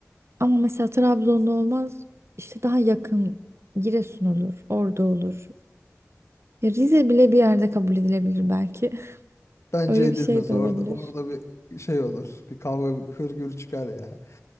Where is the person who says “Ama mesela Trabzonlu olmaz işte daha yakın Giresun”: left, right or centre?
Right